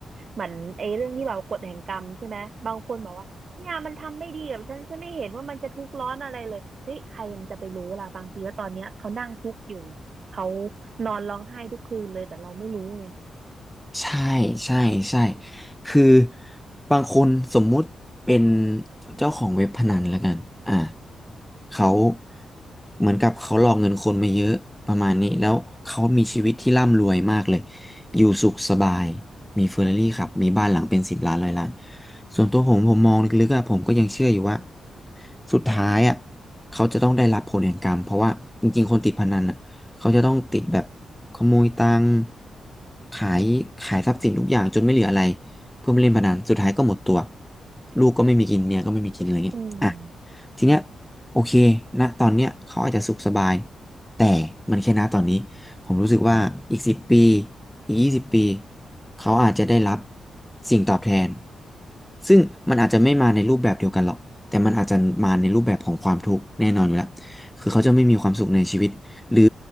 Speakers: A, on the right; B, in the centre.
A: เหมือนไอ้เรื่องที่แบบกฎแห่งกรรมใช่ไหมบางคนบอกว่าเนี่ยมันทำไม่ดีกับฉันฉันไม่เห็นว่ามันจะทุกข์ร้อนอะไรเลยเฮ้ยใครมันจะไปรู้ล่ะบางทีว่าตอนเนี้ยเขานั่งทุกข์อยู่เนี่ยเขานอนร้องไห้ทุกคืนเลยแต่เราไม่รู้ไง
B: ใช่ใช่ใช่คือบางคนสมมุติเป็นเจ้าของเว็บพนันแล้วกันอ่าเขาเหมือนกับเขาหลอกเงินคนมาเยอะประมาณนี้แล้วเขามีชีวิตที่ร่ำรวยมากเลยอยู่สุขสบายมีเฟอร์รารี่ขับมีบ้านหลังเป็นสิบล้านร้อยล้านส่วนตัวผมผมมองลึกๆอะผมก็ยังเชื่ออยู่ว่าสุดท้ายอะเขาจะต้องได้รับผลแห่งกรรมเพราะว่าจริงๆคนติดพนันอะ เขาจะต้องติดแบบขโมยตังค์ขายขายทรัพย์สินทุกอย่างจนไม่เหลืออะไรเพื่อมาเล่นพนันสุดท้ายก็หมดตัวลูกก็ไม่มีกินเมียก็ไม่มีกินอะไรเงี้ย
A: อืม
B: ทีเนี้ยโอเคนะตอนเนี้ยเขาอาจจะสุขสบายแต่มันแค่ณตอนนี้ผมรู้สึกว่าอีกสิบปีอีกยี่สิบปีเขาอาจจะได้รับสิ่งตอบแทนซึ่งมันอาจจะไม่มาในรูปแบบเดียวกันหรอกแต่มันอาจจะมาในรูปแบบของความทุกข์แน่นอนอยู่แล้วคือเขาจะไม่มีความสุขในชีวิตหรือ